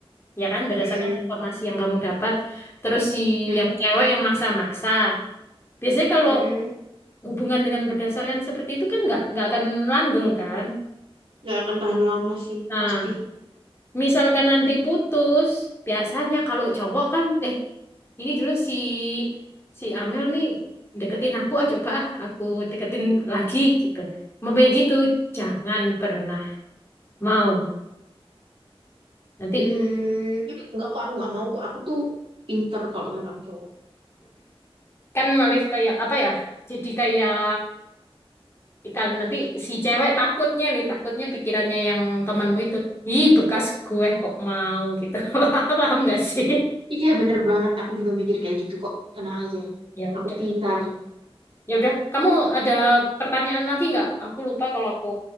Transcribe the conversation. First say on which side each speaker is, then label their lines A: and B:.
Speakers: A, on the left; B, on the right.
A: Ya kan berdasarkan
B: Mm-mm,
A: informasi yang kamu dapat. Terus si
B: mm-mm,
A: yang cewek yang maksa-maksa. Biasanya kalau
B: mm-mm.
A: hubungan dengan berdasarkan seperti itu kan nggak nggak akan langgeng kan.
B: Nggak akan tahan lama sih
A: Nah,
B: pasti.
A: Misalkan nanti putus, biasanya kalau cowok kan, eh ini dulu si si Amel nih deketin aku ah coba ah aku deketin lagi gitu. Memang gitu, jangan pernah mau. Nanti
B: Hmm, nggak kok aku nggak mau kok. Aku tuh pinter kalau tentang cowok.
A: kan malif kayak apa ya? Jadi kayak kan nanti si cewek takutnya nih, takutnya pikirannya yang temanmu itu, ih bekas gue kok mau gitu. <laughs> Paham nggak sih?
B: Iya bener banget, aku juga mikir kayak gitu kok. Tenang aja,
A: Ya udah.
B: aku pintar.
A: Ya udah, kamu ada pertanyaan lagi nggak? Aku lupa kalau aku